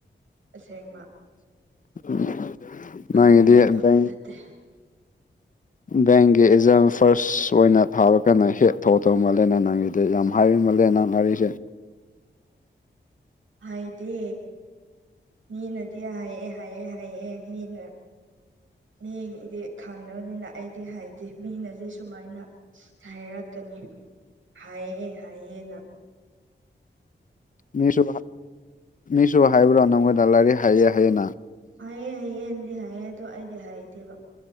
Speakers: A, on the right; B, on the left.
A: ꯑꯁꯦꯡꯕ
B: <unintelligible> ꯅꯪꯒꯤꯗꯤ
A: ꯌꯦꯦꯅ ꯇꯥꯎꯂꯠꯇꯦ
B: ꯕꯦꯡ ꯕꯦꯡꯒꯤ ꯑꯦꯛꯖꯥꯝ ꯐꯥꯔꯁ ꯑꯣꯏꯅ ꯊꯥꯕ ꯀꯥꯟꯟꯅ ꯍꯦꯠ ꯊꯧ ꯊꯧ ꯃꯥꯜꯂꯦꯅ ꯅꯪꯒꯤꯗ ꯑꯗ ꯌꯥꯝ ꯍꯥꯏꯨ ꯃꯥꯜꯂꯦ ꯅꯅꯥꯪ ꯉꯔꯤꯁꯦ
A: ꯍꯥꯏꯗꯤ ꯃꯤꯅꯗꯤ ꯍꯥꯏꯑꯦ ꯍꯥꯏꯑꯦ ꯍꯥꯏꯑꯦ ꯃꯤꯅ ꯃꯤꯒꯤꯗꯤ ꯈꯪꯅꯕꯅꯤꯅ ꯑꯩꯗꯤ ꯍꯥꯏꯗꯦ ꯃꯤꯅꯗꯤ ꯁꯨꯃꯥꯏꯅ ꯍꯥꯏꯔꯛꯀꯅꯤ ꯍꯥꯏꯌꯦꯑꯌꯦꯦ ꯍꯥꯏꯌꯦ ꯅ
B: ꯃꯤꯁꯨ ꯃꯤꯁꯨ ꯍꯥꯏꯕ꯭ꯔꯣ ꯅꯪꯉꯣꯟꯗꯂꯥꯏꯔꯤ ꯍꯥꯏꯌꯦꯦ ꯍꯥꯏꯌꯦꯅ
A: ꯍꯥꯏꯌꯦ ꯍꯌꯦꯟꯗꯤ ꯍꯥꯏꯌꯦ ꯑꯗꯣ ꯑꯩꯗꯤ ꯍꯥꯏꯇꯦꯕ